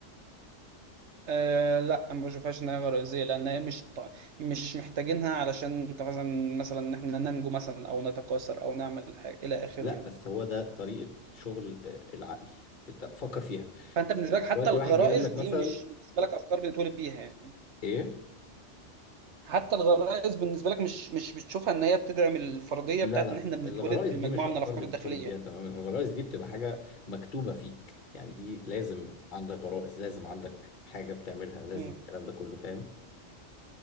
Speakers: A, on the right; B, on the left.
A: آه لا أنا ما بشوفهاش انها غريزيه لان هي مش ط- مش محتاجينها علشان انت مثلا مثلا ان احنا ننجو مثلا او نتكاثر او نعمل حاجه الى اخره
B: لا
A: يعني
B: بس هو ده طريقة شغل آه، العقل انت فكر فيها
A: فانت بالنسبه لك حتى
B: دلوقتي
A: الغرائز
B: واحد جه قال لك
A: دي
B: مثلا
A: مش بالنسبه لك افكار بنتولد بيها يعني
B: ايه
A: حتى الغرائز بالنسبه لك مش مش بتشوفها ان هي بتدعم الفرضيه
B: لا
A: بتاعت
B: لا
A: ان احنا بنتولد
B: الغرائز
A: بمجموعه
B: دي مش افكار
A: من الافكار
B: بتتولد
A: الداخليه
B: بيها
A: يعني
B: تماما الغرائز دي بتبقى حاجة مكتوبة فيك يعني دي لازم عندك غرائز لازم عندك حاجة بتعملها لازم
A: امم
B: الكلام ده كله فاهم